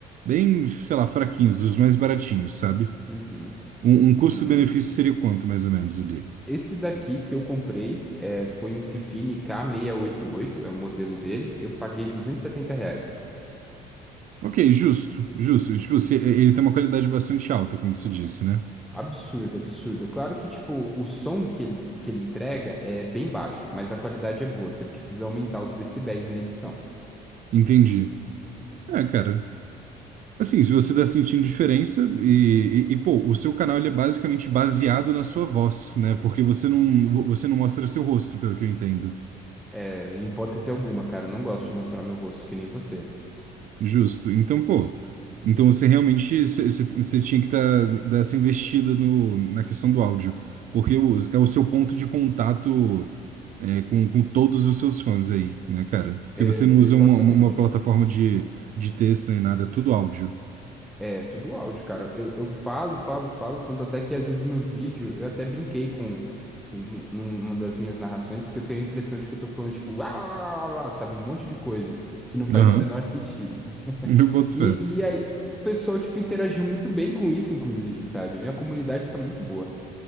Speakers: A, on the right; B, in the centre.
A: Bem, sei lá, fraquinhos, os mais baratinhos, sabe?
B: Uhum.
A: Um, um custo-benefício
B: Hum.
A: seria quanto, mais ou menos, ali?
B: Esse daqui que eu comprei é, foi um Fifine k seiscentos e oitenta e oito. é o modelo dele. Eu paguei duzentos e setenta reais.
A: Ok, justo, justo. Tipo, se, ele tem uma qualidade bastante alta, como você disse, né?
B: Absurdo, absurdo. É claro que, tipo, o som que ele, que ele entrega é bem baixo, mas a qualidade é boa. Você precisa aumentar os decibéis na edição.
A: Entendi. É, cara. Assim, se você tá sentindo diferença e, e, e, pô, o seu canal ele é basicamente baseado na sua voz, né? Porque você não, vo- você não mostra seu rosto, pelo que eu entendo.
B: É, em hipótese alguma, cara, eu não gosto de mostrar meu rosto que nem você.
A: Justo. Então, pô, então você realmente você você- você tinha que tá, dar essa investida no, na questão do áudio, porque o- é o seu ponto de contato é, com, com todos os seus fãs aí, né, cara? Porque
B: É,
A: você não usa
B: exatamente.
A: uma, uma uma plataforma de, de texto nem nada, é tudo áudio.
B: É, tudo áudio, cara. Eu, eu falo, falo, falo, tanto até que às vezes no vídeo eu até brinquei com, com num- numa das minhas narrações que eu tenho a impressão de que eu tô falando, tipo, "Uá, uá, uá, uá, uá", sabe, um monte de coisa que não faz
A: Aham,
B: o menor sentido. <laughs>
A: <laughs> Eu boto
B: E,
A: fé.
B: e aí o pessoal, tipo, interagiu muito bem com isso, inclusive, sabe? Minha comunidade tá muito boa.